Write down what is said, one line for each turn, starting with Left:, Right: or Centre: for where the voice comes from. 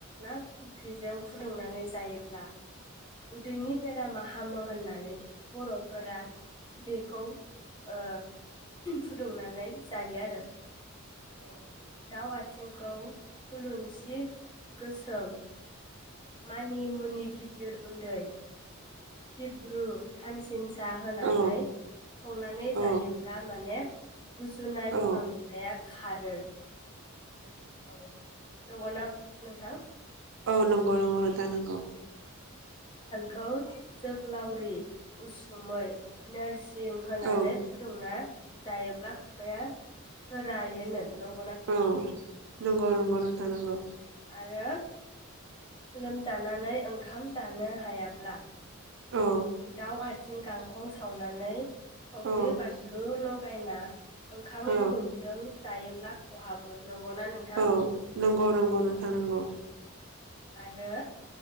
Left: ना फिथिग ख्रिजों फुदुंनानै जायोब्ला उदैनि बेरामा हामो। होननानै बर फोरा बेखौ। ओ फुदुंनानै। जायो आरो औ दाउ आथिं खौ थुलुनसिद गोसोम। मानि मुनि गिदिर उन्दै। सिब्रु। खानसिनसा होनानै
Right: औ
Left: संनानै
Right: औ
Left: जायोब्ला माने गुजुनाय
Right: औ
Left: गगा मोननाया खारो। औ। नंगौ नाप नोंथां?
Right: औ नों नोंगौ नोंथां नोंगौ।
Left: खौ जोग्लावरि उसुमै नोर जिं होनानै
Right: औ
Left: फुदुंना जायोब्ला खुगाया सोरायोनो नं
Right: औ नंगौ नंगौ नोंथां नंगौ
Left: आरो लोमजानानै ओंखाम जानो हायाब्ला
Right: औ
Left: दाव आ थिं गांखं सावनानै संख्रि
Right: औ
Left: बानलु लगायना ओं खाम
Right: औ
Left: गुदुंजों जायोब्ला खहाबो नंगौना नोंथां?
Right: औ नंगौ नंगौ
Left: औ
Right: नोंथां
Left: औ
Right: नंगौ।
Left: आरो